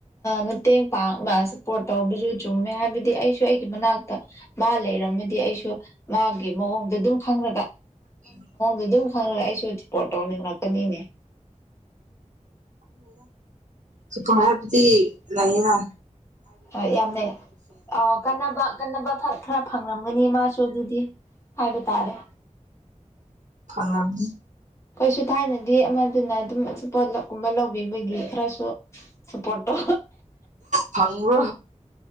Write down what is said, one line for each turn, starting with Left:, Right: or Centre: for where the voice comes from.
Left: ꯃꯇꯦꯡ ꯄꯥꯡꯅ ꯁꯞꯄꯣꯔꯠ ꯇꯧꯕꯁꯨ ꯆꯨꯝꯃꯦ ꯍꯥꯏꯕꯗꯤ ꯑꯩꯁꯨ ꯑꯩꯒꯤ ꯃꯅꯥꯛꯇ ꯃꯥ ꯂꯩꯔꯝꯃꯗꯤ ꯑꯩꯁꯨ ꯃꯥꯒꯤ ꯃꯑꯣꯡꯗ ꯑꯗꯨꯝ ꯈꯪꯉꯒ
Right: ꯎꯝ
Left: ꯑꯗꯨꯝ ꯈꯪꯉꯒ ꯑꯩꯁꯨ ꯄꯣꯔꯠ ꯇꯧꯅꯤꯡꯉꯛꯀꯅꯤꯅꯦ
Right: ꯗꯄꯔꯗꯤ ꯂꯥꯏꯦꯗ
Left: ꯍ ꯌꯥꯝꯃꯦ ꯑ ꯀꯥꯟꯅꯕ ꯀꯟꯅꯕ ꯈꯔ ꯐꯪ ꯑꯅꯤ ꯃꯥ ꯁꯣꯗꯨꯨꯗꯤꯤ ꯍꯥꯏ ꯇꯥꯔꯦ
Right: ꯐꯪꯉꯅꯤ
Left: ꯀꯩꯁꯨ ꯊꯥꯏꯅꯗꯤ ꯑꯃꯗꯨꯅ ꯑꯗꯨꯝ ꯄꯣꯠꯂꯞ ꯀꯨꯝꯕ ꯂꯧꯕꯤꯕꯒꯤ ꯈꯔꯁꯨ ꯁꯄꯣꯠꯇꯣ
Right: ꯐꯪꯕ꯭ꯔꯣ